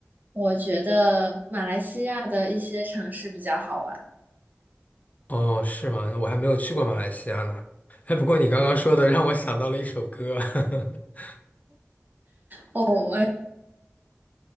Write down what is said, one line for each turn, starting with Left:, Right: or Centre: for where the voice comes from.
Right: 我觉得马来西亚的一些城市比较好玩。
Left: 哦，是吗？我还没有去过马来西亚呢。哎，不过你刚刚说的让我想到了一首歌。<laughs>
Right: 哦，我